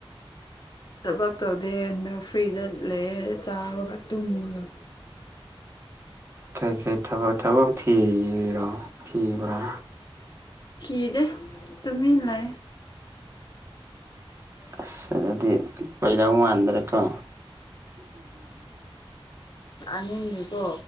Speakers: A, on the left; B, on the right.
A: ꯎ ꯊꯕꯛ ꯇꯧꯗꯦ ꯍꯟꯗꯛ ꯐ꯭ꯔꯤꯗ ꯂꯩꯑꯦ ꯆꯥꯕꯒ ꯇꯨꯝꯕꯒ
B: ꯀꯔꯤꯀꯔꯤ ꯊꯕ ꯊꯕꯛ ꯊꯤꯔꯤꯔꯣ ꯊꯤꯕ꯭ꯔꯥ
A: ꯀꯗꯦ ꯇꯨꯃꯤ ꯂ
B: ꯑꯁ ꯑꯗꯨꯗꯤ ꯀꯩꯗꯧ ꯃꯥꯟꯗ꯭ꯔꯦꯀꯣ
A: ꯑꯥꯅꯤꯅꯦꯀꯣ